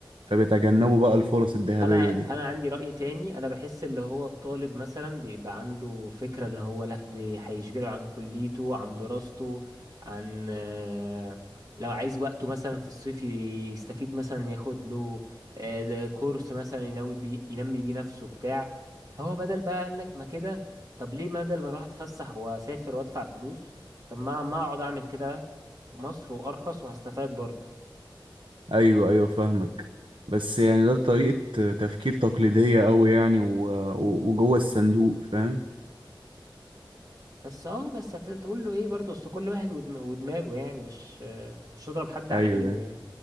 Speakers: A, on the right; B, on the right.
A: فبيتجنبوا بقى الفرص الذهبية
B: انا
A: دي
B: انا عندي رأي تاني انا بحس اللي هو الطالب مثلا بيبقى عنده فكرة ان هو لا دي هيشغله عن كليته عن دراسته عن آه، لو عايز وقته مثلا في الصيف يستفيد مثلا ياخد له آه، ده كورس مثلا ينوي بي ينمي بيه نفسه بتاع فهو بدل بقى قال لك ما كده طب ليه بدل ما اروح اتفسح واسافر وادفع فلوس طب ما ما اقعد اعمل كده في مصر وارخص وهستفاد برضه
A: ايوه ايوه فاهمك بس يعني ده طريقة تفكير تقليدية أوي يعني و- و- وجوه الصندوق فاهم
B: بس اه بس هتقول له ايه برضه اصل كل واحد ودم- ودماغه يعني مش مش تضرب حد على
A: ايوه
B: ايده
A: أيوة.
B: يعني